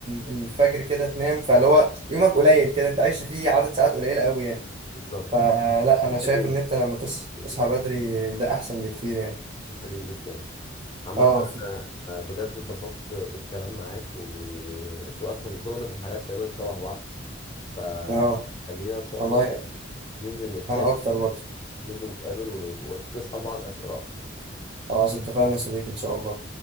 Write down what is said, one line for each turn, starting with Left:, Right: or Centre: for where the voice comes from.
Right: الفجر كده تنام فاللي هو يومك قليل كده انت عايش فيه عدد ساعات قليلة قوي يعني
Left: بالظبط
Right: فلا
Left: بالظبط.
Right: انا
Left: الصبح
Right: شايف
Left: بينجز
Right: ان انت لما تص-
Left: الصبح بينجز
Right: تصحى بدري ده احسن بكتير يعني
Left: الصبح بينجز جامد عامة
Right: اه
Left: أنا آه، بجد اتبسطت بالكلام معاك وذوقك في ذوقنا في الحاجات تقريبا شبه بعض فخلينا
Right: اه
Left: ان شاء
Right: والله
Left: الله كده إيه، ننزل نتقابل
Right: انا اكتر برضه
Left: ننزل نتقابل ونسأل بعض أسئلة أكتر
Right: خلاص اتفقنا يا صديقي ان شاء الله